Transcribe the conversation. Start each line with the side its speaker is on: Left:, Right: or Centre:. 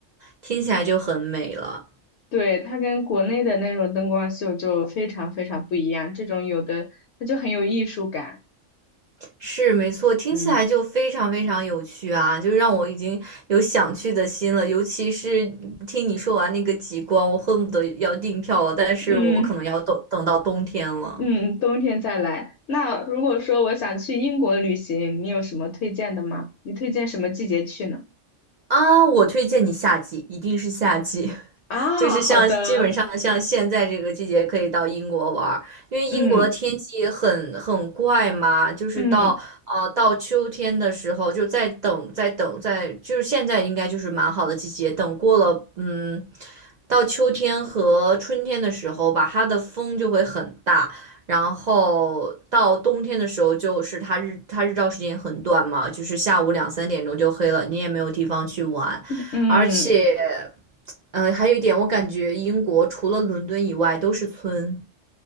Right: 听起来就很美了。
Left: 对，它跟国内的那种灯光秀就非常非常不一样，这种有的它就很有艺术感。
Right: 是，没错，听起来就非常非常有趣啊，
Left: 嗯
Right: 就让我已经有想去的心了。尤其是听你说完那个极光，我恨不得要订票了，但是我可能要等等到冬天了。
Left: 嗯。嗯，冬天再来。那如果说我想去英国旅行，你有什么推荐的吗？你推荐什么季节去呢？
Right: 啊，我推荐你夏季，一定是夏季。
Left: 啊，
Right: <laughs> 就是像基本上像现在这个季节可以到英国玩儿，
Left: 好的，
Right: 因为英国的天气很很怪嘛，
Left: 嗯
Right: 就是到呃到秋天的时候就在等在等在，
Left: 嗯
Right: 就是现在应该就是蛮好的季节，等过了嗯到秋天和春天的时候吧，它的风就会很大，然后到冬天的时候，就是它日它日照时间很短嘛，就是下午两三点钟就黑了，你也没有地方去玩，
Left: 嗯，
Right: 而且，呃，还有一点，我感觉英国除了伦敦以外都是村。